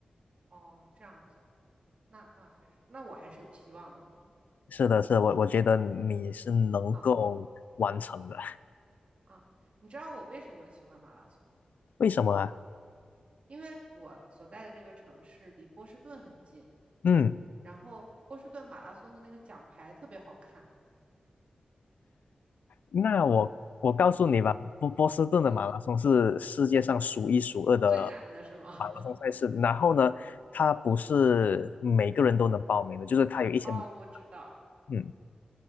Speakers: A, on the right; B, on the left.
A: 哦，这样子啊，那那还是那我还是有希望的了
B: 是的，是的，我我觉得你是能够完成的。
A: 啊啊！你知道我为什么喜欢马拉松？
B: <laughs> 为什么啊？
A: 因为我所在的这个城市离波士顿很近，
B: 嗯。
A: 然后波士顿马拉松的那个奖牌特别好看，
B: 那我我告诉你吧，波波士顿的马拉松是世界上数一数二的
A: 嗯，最难的是吗？
B: 马拉松赛事。然后呢，它不是每个人都能报名的，就是它有一些门
A: <laughs> 哦，我知道。
B: 嗯，